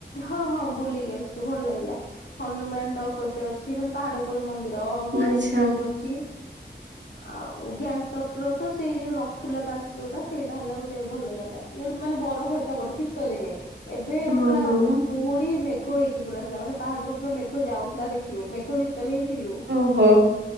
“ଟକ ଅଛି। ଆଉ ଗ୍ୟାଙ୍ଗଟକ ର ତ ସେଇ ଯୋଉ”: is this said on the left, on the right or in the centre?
Left